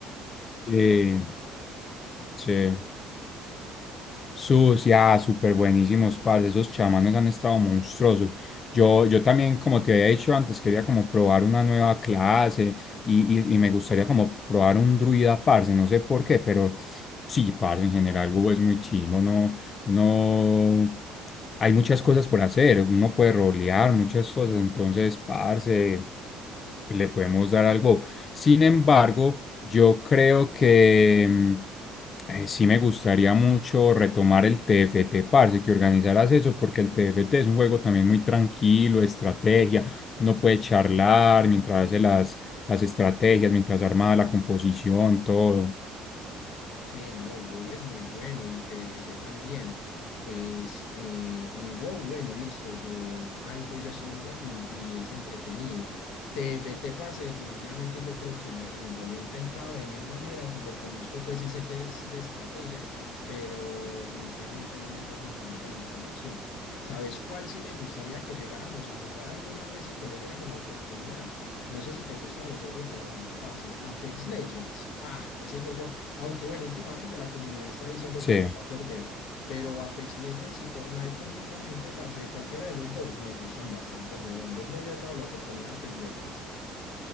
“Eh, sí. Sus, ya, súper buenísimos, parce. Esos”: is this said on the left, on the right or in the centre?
Left